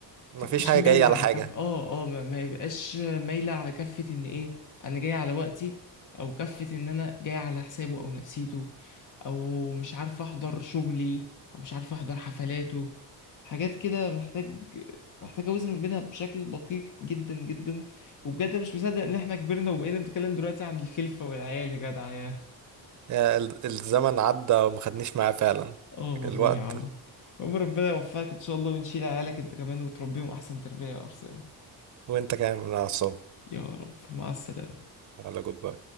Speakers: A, on the right (about 45°); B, on the left (about 50°).
A: مفيش
B: تبقاش
A: حاجة
B: مايلة
A: جاية على
B: على
A: حاجة
B: كف اه اه ما ما يبقاش مايلة على كفة ان ايه انا جاي على وقتي او كفة ان انا جاي على حسابه او نفسيته او مش عارف احضر شغلي او مش عارف احضر حفلاته حاجات كده محتاج محتاج اوزن ما بينها بشكل دقيق جدا جدا وبجد أنا مش مصدق ان احنا كبرنا وبقينا نتكلم دلوقتي عن الخلفة والعيال يا جدع يا
A: آه، ال- الزمن عدى وما خدنيش معاه فعلا
B: اه والله
A: الوقت
B: يا عم المهم ربنا يوفقك ان شاء الله ونشيل عيالك انت كمان وتربيهم احسن تربية يا ارسلان
A: وانت كمان من على الصوت
B: يا رب مع السلامة
A: على جود باي